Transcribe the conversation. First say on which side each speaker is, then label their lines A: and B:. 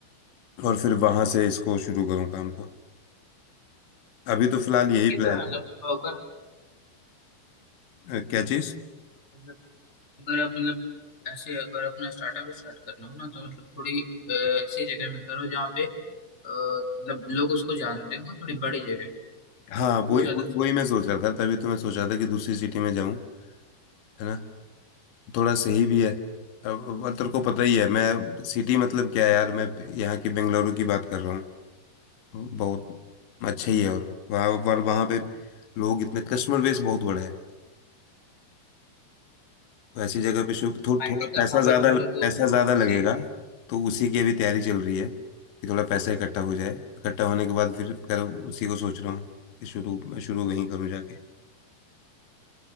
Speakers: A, on the left (about 85°); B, on the left (about 15°).
A: और फिर वहां से इसको शुरू करूँ काम को अभी तो फिलहाल यही
B: ये तो
A: प्लान
B: है मतलब अगर
A: है अ, क्या चीज़
B: मतलब अगर आप मतलब ऐसे अगर अपना स्टार्टअप स्टार्ट करना हो ना तो मतलब थोड़ी अ, ऐसी जगह में करो जहाँ पे अ, मतलब लोग उसको जानते हो थोड़ी बड़ी जगह हो,
A: हाँ
B: तो
A: वही
B: वो ज़्यादा
A: वही
B: चलता
A: वही मैं
B: है
A: सोच रहा था तभी तो मैं सोच रहा था कि दूसरी सिटी में जाऊं है ना थोड़ा सही भी है अब अब तेरे को पता ही है मैं सिटी मतलब क्या है यार मैं यहाँ की बेंगलुरु की बात कर रहा हूँ बहुत अच्छा ही है और वहाँ पर वहाँ पे लोग इतने कस्टमर बेस बहुत बड़ा है तो ऐसी जगह पे शुभ थो,
B: आईटी
A: थोड़ा
B: का
A: पैसा
B: हब
A: ज्यादा
B: है बेंगलोर
A: पैसा
B: तो तो
A: ज्यादा
B: ऐसे
A: लगेगा
B: ही
A: तो उसी की अभी तैयारी चल रही है कि थोड़ा पैसा इकट्ठा हो जाए इकट्ठा होने के बाद फिर कर उसी को सोच रहा हूँ कि शुरू मैं शुरू वहीं करूँ जाके